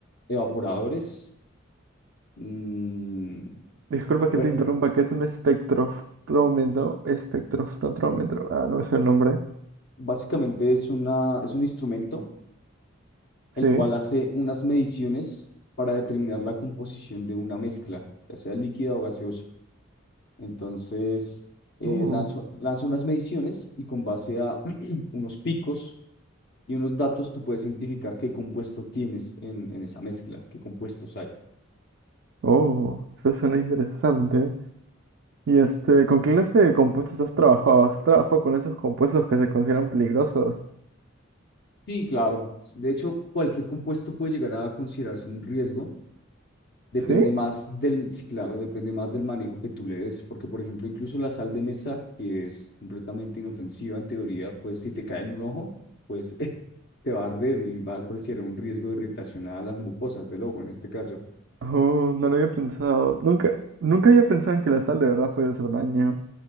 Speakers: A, on the left; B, on the right.
A: evaporadores. mm,
B: Disculpa
A: re-
B: que te interrumpa, que es un espectrofrómetro, espectrofrómetro, ah, no me sé el nombre,
A: básicamente es una, es un instrumento
B: sí,
A: el cual hace unas mediciones para determinar la composición de una mezcla, ya sea líquida o gaseosa. Entonces, eh,
B: oh,
A: lanzo- lanza unas mediciones y con base a <clears throat> unos picos y unos datos, tú puedes identificar qué compuesto tienes en, en esa mezcla, qué compuestos hay.
B: oh, eso suena interesante. Y este, ¿con qué clase de compuestos has trabajado? ¿Has trabajado con esos compuestos que se consideran peligrosos?
A: Sí, claro. De hecho, cualquier compuesto puede llegar a considerarse un riesgo Depende
B: ¿Sí?
A: más del, sí, claro, depende más del manejo que tú le des, porque por ejemplo, incluso la sal de mesa, que es completamente inofensiva en teoría, pues si te cae en un ojo, pues <laughs> te va a arder y va a considerar un riesgo de irritación a las mucosas del ojo en este caso.
B: Oh, no lo había pensado, nunca, nunca había pensado en que la sal de verdad puede hacer daño.